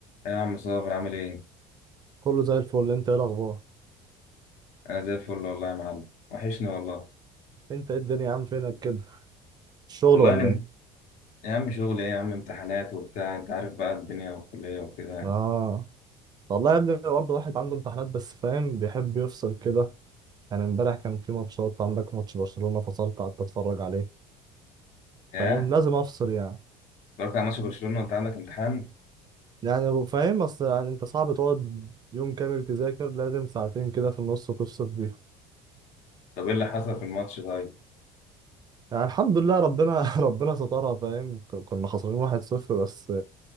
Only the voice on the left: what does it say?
إيه يا عم صابر عامل ايه؟
انا زي الفل والله يا معلم وحشني والله
والله
انا م-
يا عم شغل ايه يا عم امتحانات وبتاع انت عارف بقى الدنيا والكلية وكده يعني
ايه
اتفرجت على ماتش برشلونة وانت عندك امتحان
طب ايه اللي حصل في الماتش طيب؟